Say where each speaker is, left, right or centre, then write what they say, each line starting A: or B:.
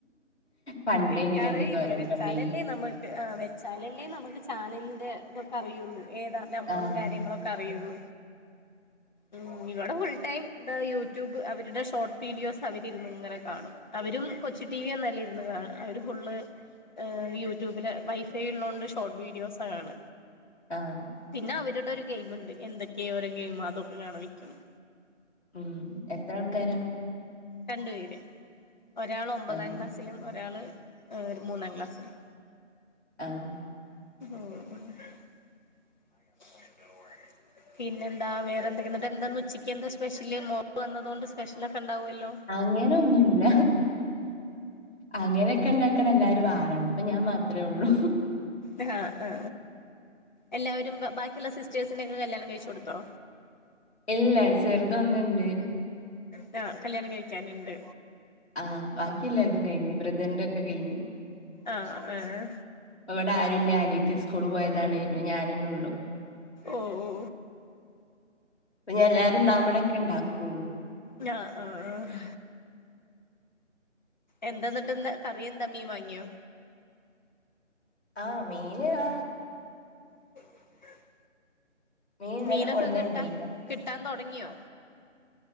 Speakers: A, on the left; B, on the left.
A: പണ്ടേനില്ലേ
B: വെക്കാറേ
A: അയിന്റെ തൊരക്കണ്ടേനി
B: ഇല്ലേ വെച്ചാലല്ലേ നമ്മക്ക് എ അവെച്ചാലല്ലേ നമുക്ക് ചാനലിന്റെ ഇതൊക്കെ അറിയുള്ളൂ ഏതാ നമ്പറും
A: ആഹ്
B: കാര്യങ്ങളുംക്ക അറിയുള്ളൂ ഉം ഇവിടെ ഫുൾ ടൈം യൂട്യൂബ് അവരുടെ ഷോർട്ട് വീഡിയോസ് അവരിന്ന് ഇങ്ങനെ കാണും അവരും കൊച്ചു ടിവി ഒന്നല്ല ഇരുന്നു കാണ അവര് ഫുള്ള് യൂട്യൂബില് വൈഫൈ ഉള്ളതുകൊണ്ട് ഷോർട്ട് വീഡിയോസാണ് കാണ
A: ആഹ്
B: പിന്നെ അവരുടെ ഒരു ഗെയിം മുണ്ട് എന്തൊക്കെയ ഓരോ ഗെയിം അതൊക്കെ കാണ വെക്കുന്നു
A: ഉം എത്ര ആൾക്കാരാ
B: രണ്ട് പേര് ഒരാൾ ഒമ്പതാം
A: ആഹ്
B: ക്ലാസ്സിലും ഒരാൾ ഒരു മൂന്നാം ക്ലാസ്സിലും
A: ആഹ്
B: <unintelligible> പിന്നെ എന്താ വേറെ എന്തൊക്ക എന്നിട്ട് എന്താ ഉച്ചക്ക് എന്താ സ്പെഷ്യല് മോള് വന്നത് കൊണ്ട് സ്പെഷ്യല ഒക്കെ ഉണ്ടാവുല്ലോ
A: അങ്ങനൊന്നുല്ല അങ്ങനെയൊക്കെ ഉണ്ടാക്കണം എല്ലാരും വാണം ഇപ്പോ ഞാൻ മാത്രമേ ഉള്ളു
B: ആഹ് ആഹ്ആ എല്ലാവരും ബാക്കിയുള്ള സിസ്റ്റേഴ്സിന്റെ ഒക്കെ കല്യാണം കഴിച്ചു കൊടു
A: ഇല്ല ചെറുതൊന്നുണ്ട്
B: <unintelligible> ആഹ് കല്യാണം കഴിക്കാനുണ്ട്
A: ആഹ് ബാക്കിയല്ലേ രതും കഴിഞ്ഞു ബ്രദറിന്റെ ഒക്കെ കഴിഞ്
B: ആഹ് ആഹ്
A: അവിടെ ആരുല്ലന്നിട്ട്അനീത്തി സ്കൂള് പോയതാണ് ഞാനെ ന്നെഉള്ളു
B: ഓ ഓ
A: അപ്പെ എല്ലാരുണ്ടാവുമ്പോഴ ഒക്കെ ഉണ്ടാക്കുള്ളൂ
B: ഞ അ ആഹ് എന്താന്നിട്ട്ന്ന് കറിയ ന്തമീം വാങ്ങിയോ
A: ആഹ് മീന് ആഹ്
B: <unintelligible>
A: മീൻ ഇന്നലെ
B: മീനൊക്കെ
A: കൊണ്ടന്നിണ്ടേനി
B: കിട്ടാ കിട്ടാൻ തൊടങ്ങിയോ